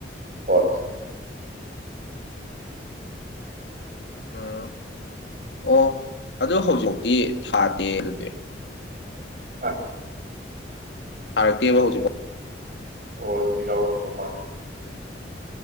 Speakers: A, on the right; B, on the left.
A: ꯍꯣꯢ
B: ꯎꯝ ꯑꯣ ꯑꯗꯨ ꯍꯧꯖꯤꯛꯇꯤ ꯊꯥꯗꯦ ꯑꯗꯨꯗꯤ
A: <inaudible>
B: ꯊꯥꯔꯛꯇꯦꯕ ꯍꯧꯖꯤꯛꯚꯧ
A: ꯑꯣ ꯑꯗꯨꯗꯤ ꯌꯥꯎꯔꯝꯗꯧ ꯃꯥꯟꯗꯦ